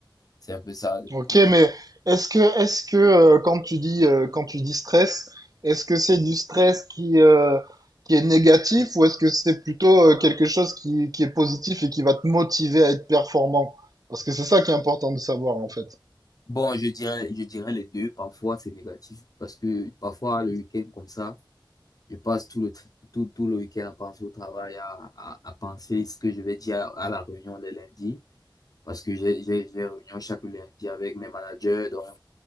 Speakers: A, on the left; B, on the right.
A: C'est un peu ça de mon
B: Ok,
A: côté.
B: mais est-ce que, est-ce que euh, quand tu dis, euh, quand tu dis stress, est-ce que c'est du stress qui, euh, qui est négatif ou est-ce que c'est plutôt euh, quelque chose qui, qui est positif et qui va te motiver à être performant? Parce que c'est ça qui est important de savoir en fait.
A: Bon, je dirais, je dirais les deux. Parfois, c'est négatif parce que parfois, le week-end, comme ça, je passe tout le, tr- tout, tout le week-end à penser au travail, à, à, à penser ce que je vais dire à, à la réunion le lundi parce que j'ai, j'ai, j'ai réunion chaque lundi avec mes managers. Donc,